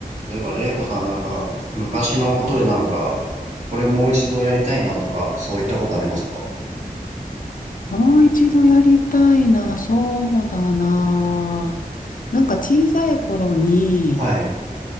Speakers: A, on the right; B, on the left.
A: 例えば、玲子さんなんか、昔のことでなんか、これもう一度やりたいなとか、そういったことありますか
B: もう一度やりたいな、そうだな。なんか小さい頃に
A: はい、